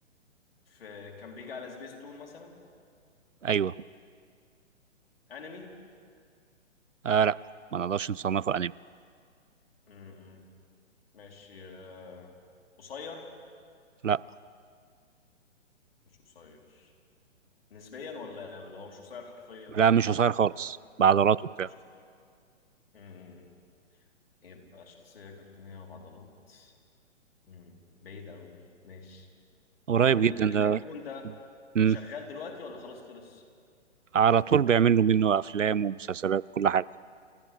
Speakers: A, on the left; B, on the right.
A: في كان بيجي على سبيس تون مثلا
B: ايوه
A: انمي
B: آه لا ما نقدرش نصنفه انمي
A: مم. ماشي آه قصير
B: لا
A: مش قصير نسبيا ولا ولا هو مش قصير حرفيا
B: لا مش قصير خالص بعضلاته وبتاع
A: مش قصير مم. يبقى شخصية كرتونية وبعضلات مم. بعيدة أوي دي ماشي
B: قريب
A: طب ال
B: جدا
A: الكرتون
B: ده
A: ده
B: مم.
A: شغال دلوقتي ولا خلاص خلص؟
B: على طول بيعملوا منه افلام ومسلسلات كل حاجه